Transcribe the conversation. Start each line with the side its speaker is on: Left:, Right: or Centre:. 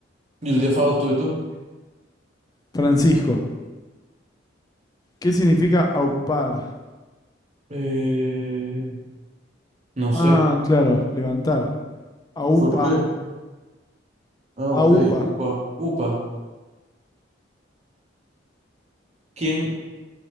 Right: yo le di a Fausto, ¿y tú?
Left: Francisco. ¿Qué significa aupar?
Right: Eh, no
Left: Ah,
Right: sé.
Left: claro, levantar. Aupa,
Right: ¿Por qué? Ah,
Left: aupa.
Right: ok. Upa, upa. ¿Quién?